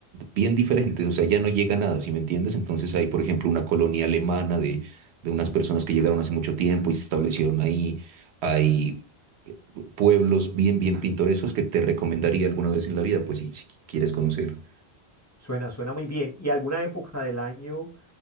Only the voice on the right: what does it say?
bien diferentes, o sea, ya no llega nada, ¿si me entiendes? Entonces hay, por ejemplo, una colonia alemana de, de unas personas que llegaron hace mucho tiempo y se establecieron ahí, hay pueblos bien, bien pintorescos que te recomendaría alguna vez en la vida, pues, si, si quieres conocer.